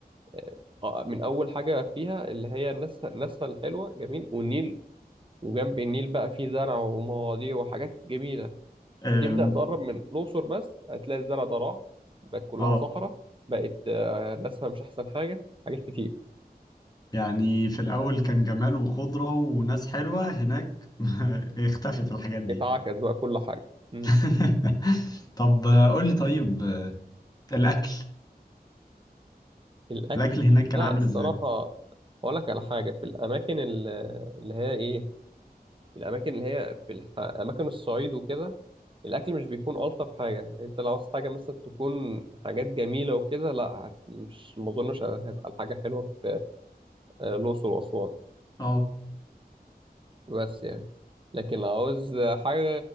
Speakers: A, on the right; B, on the left.
A: آه آه، من أول حاجة فيها اللي هي الناس الناس الحلوة جميل والنيل وجنب النيل بقى فيه زرع ومواضيع وحاجات جميلة
B: أم،
A: تبدأ تقرب من الأقصر بس هتلاقي الزرع ده راح بقت كلها
B: اه
A: صحراء بقت آه، ناسها مش أحسن حاجة حاجات كتير
B: يعني في الأول كان جمال وخضرة وناس حلوة هناك <laughs> اختفت الحاجات دي
A: اتعكس بقى كل حاجة مم.
B: <laughs> طب آه، قول لي طيب آه، الأكل
A: الأكل
B: الأكل هناك كان
A: لا
B: عامل
A: الصراحة
B: ازاي؟
A: أقول لك على حاجة في الأماكن ال- اللي هي إيه الأماكن اللي هي في الح... أماكن الصعيد وكده الأكل مش بيكون ألطف حاجة أنت لو عاوز حاجة مثلا تكون حاجات جميلة وكده لا هت- مش ما أظنش هيبقى الحاجة حلوة في آه، الأقصر وأسوان
B: اه
A: بس يعني لكن لو عاوز حاجة